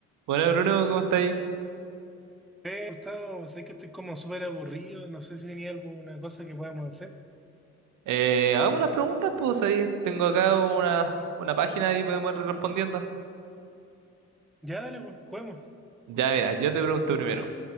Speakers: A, on the right; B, in the centre.
A: Hola Bruno, ¿cómo estáis?
B: Eh, Gustavo, sé que estoy como súper aburrido, no sé si tenía alguna cosa que podamos hacer.
A: Eh, hagamos unas preguntas, pues ahí tengo acá una, una página y podemos ir respondiendo.
B: Ya, dale, pues, juguemos.
A: Ya, mira, yo te pregunto primero,